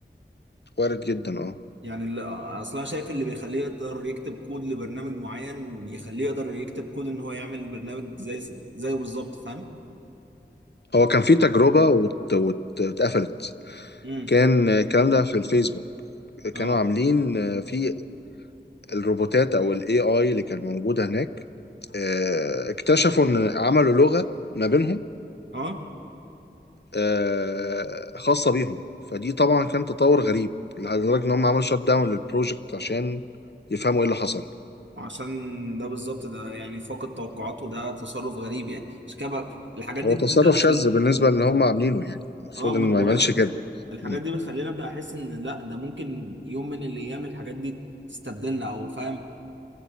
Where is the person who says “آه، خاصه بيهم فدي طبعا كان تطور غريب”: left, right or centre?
Left